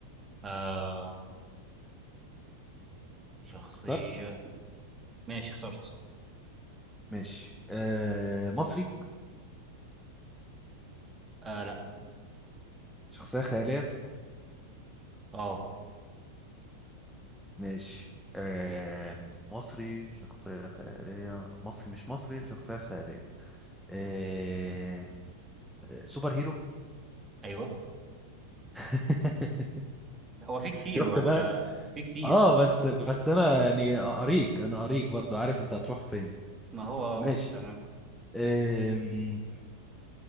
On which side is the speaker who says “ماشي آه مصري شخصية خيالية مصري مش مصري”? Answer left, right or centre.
Centre